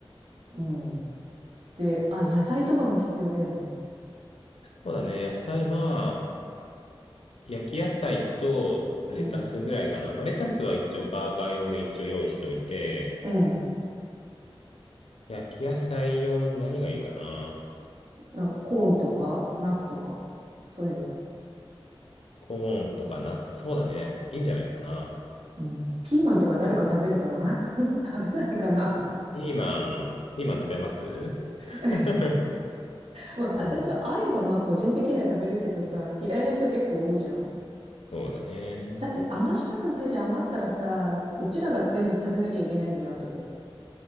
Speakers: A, on the right; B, on the left.
A: うん。で、あ、野菜とかも必要だよね。
B: そうだね。野菜、まあ、焼き野菜とレタスぐらいかな。
A: うん。
B: まあ、レタスは一応バーガー用で一応用意しておいて、
A: うん。
B: 焼き野菜用に何がいいかな。
A: なんか、コーンとか、ナスとか、そういうの。
B: コーンとかナス、そうだね。いいんじゃないかな。
A: うん。ピーマンとか誰か食べるかな <laughs> 食べないかな
B: ピーマン、ピーマン食べます
A: <laughs>
B: <laughs>
A: まあ、
B: うん
A: 私はあれば、まあ、個人的には食べるけどさ、嫌いな人結構多いじゃん
B: そうだね。
A: だって余したくないじゃん。余ったらさ、うちらが全部食べなきゃいけないんだよ、後で。